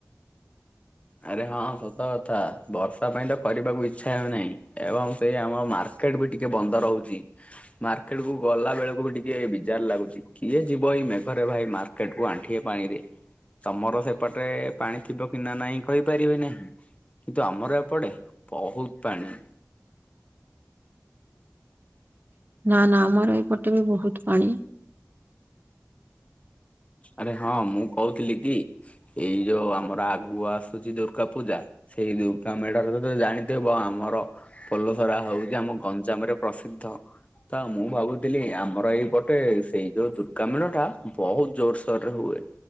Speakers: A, on the left; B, on the right.
A: ଆରେ ହଁ ସତ କଥା ବର୍ଷା ପାଇଁ ତ କରିବାକୁ ଇଚ୍ଛା ହେଉନାଇଁ। ଏବଂ ସେଇ ଆମ ମାର୍କେଟ ବି ଟିକେ ବନ୍ଦ ରହୁଚି। ମାର୍କେଟକୁ ଗଲା ବେଳକୁ ବି ଟିକେ ବିଜାର ଲାଗୁଚି କିଏ ଯିବ ଏଇ ମେଘରେ ଭାଇ ମାର୍କ। କେଟକୁ ଆଣ୍ଠିଏ ପାଣିରେ ତମର ସେପଟେ ପାଣି ଥିବ କି ନା ନାଇଁ। କହିପାରିବି ନାହିଁ କିନ୍ତୁ ଆମର ଏପଟେ ବହୁତ ପାଣି।
B: ନା ନା ଆମର ଏପଟେ ବି ବୋହୁତ ପାଣି।
A: ଆରେ ହଁ ମୁଁ କଉଥିଲି କି। ଏଇ ଯୋଉ ଆମର ଆଗୁକୁ ଆସୁଚି ଦୁର୍କା ପୂଜା। ସେଇ ଦୁର୍ଗାମେଢରର ତ ଜାଣିଥିବ ବ ଆମର ପୋଲସରା ହଉଚି ଆମ ଗଞ୍ଜାମରେ ପ୍ରସିଦ୍ଧ ତ ମୁଁ ଭାବୁଥିଲି ଆମର ଏଇପଟେ ସେଇ ଯୋଉ ଦୁର୍ଗା ମେଢଟା ବହୁତ ଜୋରସୋରରେ ହୁଏ।